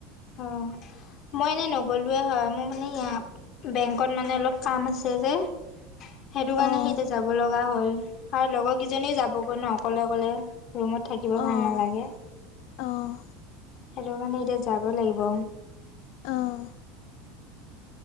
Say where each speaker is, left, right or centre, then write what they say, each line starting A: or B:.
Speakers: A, on the left; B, on the left.
A: অ'। মই এনেই নগ'লোৱেই হয় মোৰ মানে ইয়াত বেংকত মানে অলপ কাম আছে যে, সেইটো কাৰণে
B: অ',
A: সিতিয়া যাব লগা হ'ল আৰু লগৰ কেইজনীও যাবগৈ ন অকলে অকলে ৰুমত থাকিব
B: অ',
A: ভাল নালাগে সেইটো
B: অ',
A: কাৰণে এতিয়া যাব লাগিব
B: অঁ